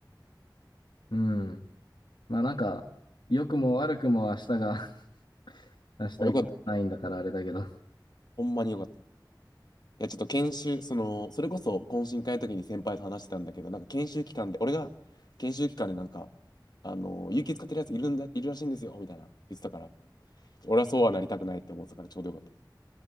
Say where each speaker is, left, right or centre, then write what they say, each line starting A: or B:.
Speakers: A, on the left (about 80°); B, on the left (about 60°).
A: うん。うん。まあ、なんか、良くも悪くも明日が <laughs> 明日以降ないんだからあれだけど
B: まあよかった。ほんまによかった。いや、ちょっと研修、その、それこそ懇親会の時に先輩と話してたんだけど、なんか研修期間で、俺が研修期間でなんか、あの、有給使ってるやついるんだ、いるらしいんですよ、みたいな言ってたから、俺はそうはなりたくないって思ってたからちょうどよかった。